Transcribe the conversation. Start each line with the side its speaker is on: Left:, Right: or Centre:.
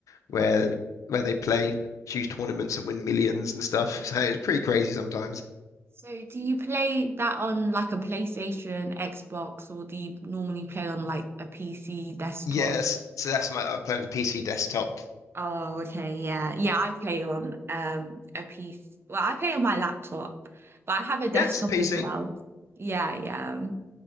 Left: where
Right: Um,
Left: where they play huge tournaments and win millions and stuff. <laughs> So it's pretty crazy sometimes.
Right: so do you play that on like a PlayStation, Xbox, or do you normally play on like a PC desktop?
Left: Yes, so that's my I play on the PC desktop.
Right: Oh, okay, yeah. Yeah, I play on um a piece. Well, I play on my laptop, but I have a desktop
Left: Yes, PC.
Right: as well. Yeah, yeah.